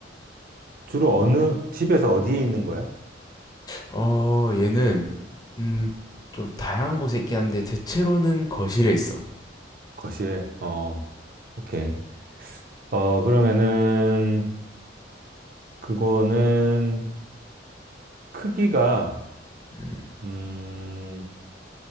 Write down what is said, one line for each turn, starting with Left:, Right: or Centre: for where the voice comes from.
Right: 주로 어느 집에서 어디에 있는 거야?
Left: 어, 얘는 음, 좀 다양한 곳에 있긴 한데 대체로는 거실에 있어.
Right: 거실에. 어, 오케이. 어, 그러면은 그거는 크기가
Left: 음.
Right: 음,